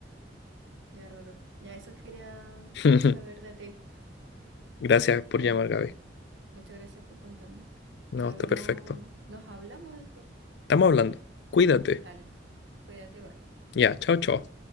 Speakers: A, on the right; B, on the left.
A: Ya, Roro. Ya eso quería
B: <laughs>
A: saber de ti.
B: Gracias
A: Dale,
B: por llamar, Gaby.
A: muchas gracias por contarme.
B: No,
A: Nos
B: está
A: vemos,
B: perfecto.
A: nos hablamos después.
B: Estamos hablando. Cuídate.
A: Dale, cuídate igual.
B: Ya, chao, chao.